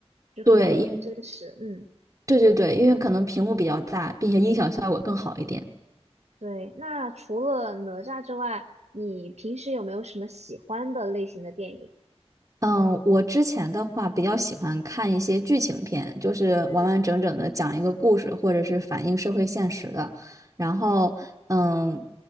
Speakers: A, on the right; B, on the right.
A: 就可能会更真实。
B: 对，因为
A: 嗯。
B: 对对对，因为可能屏幕比较大，并且音响效果更好一点。
A: 对，那除了哪吒之外，你平时有没有什么喜欢的类型的电影？
B: 嗯，我之前的话比较喜欢看一些剧情片，就是完完整整的讲一个故事，
A: 嗯。
B: 或者是反映社会现实的。然后，嗯，